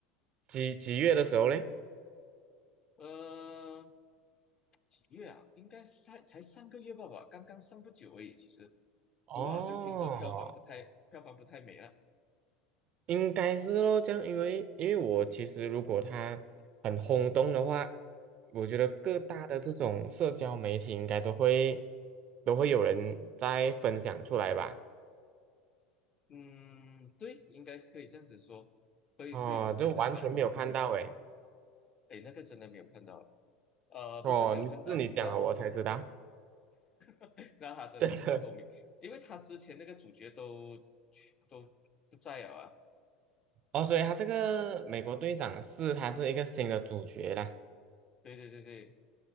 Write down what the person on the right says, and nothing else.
几几月的时候嘞？
哦
应该是咯，这样，因为因为我其实如果他很轰动的话，
我觉得各大的这种社交媒体应该都会都会有人在分享出来吧？
哦，就完全没有看到诶。
哦，
你是你讲了我才知道，
<laughs> 真的。
哦，所以他这个美国队长是他是一个新的主角啦。